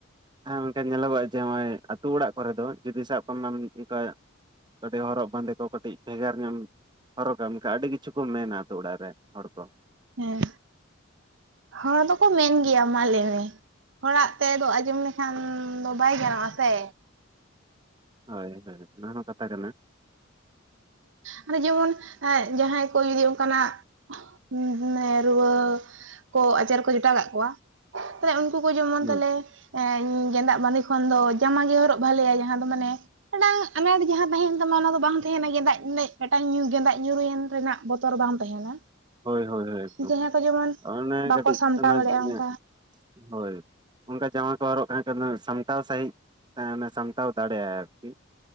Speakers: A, on the right; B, on the right.
A: ᱦᱮᱸ ᱚᱱᱠᱟ ᱧᱮᱞᱚᱜᱚᱜ-ᱟ ᱡᱮ, ᱱᱚᱜᱚᱭ ᱟᱹᱛᱩ ᱚᱲᱟᱜ ᱠᱚᱨᱮ ᱫᱚ, ᱡᱩᱫᱤ ᱥᱟᱵ ᱠᱟᱜ ᱢᱮ ᱚᱱᱠᱟ ᱠᱟᱹᱴᱤᱡ ᱦᱚᱨᱚᱜ ᱵᱟᱸᱫᱮ ᱠᱚ ᱠᱟᱹᱴᱤᱡ ᱵᱷᱮᱜᱟᱨ ᱧᱚᱜ ᱦᱚᱨᱚᱜᱟᱢ ᱮᱱᱠᱷᱟᱱ ᱟᱹᱰᱤ ᱠᱤᱪᱷᱩ ᱠᱚ ᱢᱮᱱᱟ ᱟᱛᱩ ᱚᱲᱟᱜ ᱨᱮ ᱦᱚᱲ ᱠᱚ᱾
B: ᱦᱮᱸ, ᱦᱚᱲ ᱫᱚᱠᱚ ᱢᱮᱱ ᱜᱮᱭᱟ, ᱢᱟ ᱞᱟᱹᱭ ᱢᱮ᱾ ᱦᱚᱲᱟᱜ ᱛᱮᱫᱚ ᱟᱸᱡᱚᱢ ᱞᱮᱠᱷᱟᱱ ᱫᱚ ᱵᱟᱭ ᱜᱟᱱᱚᱜ-ᱟ ᱥᱮ᱾
A: ᱦᱳᱭ ᱦᱳᱭ, ᱚᱱᱟ ᱦᱚᱸ ᱠᱟᱛᱷᱟ ᱠᱟᱱᱟ᱾
B: ᱢᱟᱱᱮ ᱡᱮᱢᱚᱱ, ᱮ ᱡᱟᱦᱟᱸᱭ ᱠᱚ ᱡᱩᱫᱤ ᱚᱱᱠᱟᱱᱟᱜ <unintelligible> ᱨᱩᱣᱟᱹ ᱠᱚ ᱟᱡᱟᱨ ᱠᱚ ᱡᱚᱴᱟᱣ ᱠᱟᱜ ᱠᱚᱣᱟ᱾ ᱛᱚᱵᱮ ᱩᱱᱠᱩ ᱠᱚ ᱡᱮᱢᱚᱱ
A: ᱦᱩᱸ
B: ᱛᱟᱦᱟᱞᱮ ᱮᱸ ᱜᱮᱸᱫᱟᱜ ᱵᱟᱸᱫᱮ ᱠᱷᱚᱱ ᱫᱚ ᱡᱟᱢᱟ ᱜᱮ ᱦᱚᱨᱚᱜ ᱵᱷᱟᱞᱮᱭᱟ, ᱡᱟᱦᱟᱸ ᱫᱚ ᱢᱟᱱᱮ ᱢᱤᱫᱴᱟᱝ ᱟᱱᱟᱴ ᱡᱟᱦᱟᱸ ᱛᱟᱦᱮᱱ ᱛᱟᱢᱟ ᱚᱱᱟ ᱫᱚ ᱵᱟᱝ ᱛᱟᱦᱮᱱᱟ ᱜᱮᱸᱫᱟᱜ ᱢᱤᱫᱴᱟᱝ ᱧᱩᱨ ᱜᱮᱸᱫᱟᱜ ᱧᱩᱨᱩᱭᱮᱱ ᱨᱮᱱᱟᱜ ᱵᱚᱛᱚᱨ ᱵᱟᱝ ᱛᱟᱦᱮᱱᱟ᱾
A: ᱦᱳᱭ ᱦᱳᱭ ᱦᱳᱭ ᱮᱠᱫᱚᱢ᱾
B: ᱡᱟᱦᱟᱸᱭ ᱠᱚ ᱡᱮᱢᱚᱱ
A: ᱚᱱᱮ
B: ᱵᱟᱠᱚ
A: ᱠᱟᱹᱴᱤᱡ
B: ᱥᱟᱢᱴᱟᱣ
A: ᱚᱱᱟ
B: ᱫᱟᱲᱮᱭᱟᱜᱼᱟ
A: ᱜᱮ ᱦᱟᱸᱜ,
B: ᱚᱱᱠᱟ
A: ᱦᱳᱭ᱾ ᱚᱱᱰᱮ ᱡᱟᱢᱟ ᱠᱚ ᱦᱚᱨᱚᱜ ᱛᱟᱦᱮᱸ ᱠᱟᱱᱟ ᱥᱟᱢᱴᱟᱣ ᱥᱟᱹᱦᱤᱡ ᱮᱸ ᱚᱱᱟ ᱥᱟᱢᱴᱟᱣ ᱫᱟᱲᱮᱭᱟᱜ-ᱟᱭ ᱟᱨᱠᱤ᱾